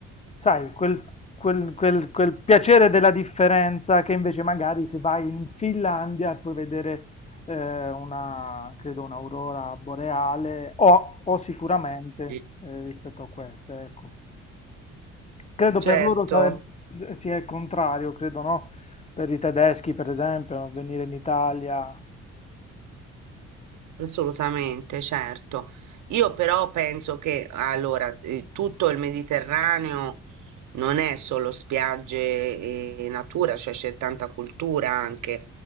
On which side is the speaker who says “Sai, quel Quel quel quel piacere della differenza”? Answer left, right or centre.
Left